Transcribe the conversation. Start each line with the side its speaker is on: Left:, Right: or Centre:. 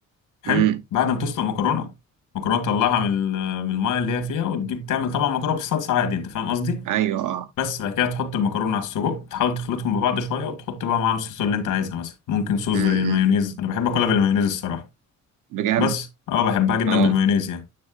Left: حلو
Right: امم
Left: بعد ما تسلق مكرونه مكرونه تطلعها من ال- من الميه اللي هي فيها وتجيب تعمل طبعا مكرونه بالصلصه عادي انت فاهم قصدي
Right: ايوه اه
Left: بس بعد كده تحط المكرونه على السجق تحاول تخلطهم ببعض شويه وتحط بقى معاهم الصوص اللي انت عايزها مثلا ممكن صوص
Right: امم
Left: زي المايونيز انا بحب اكلها بالمايونيز الصراحه
Right: بجد
Left: بس اه بحبها جدا
Right: اه
Left: بالمايونيز يعني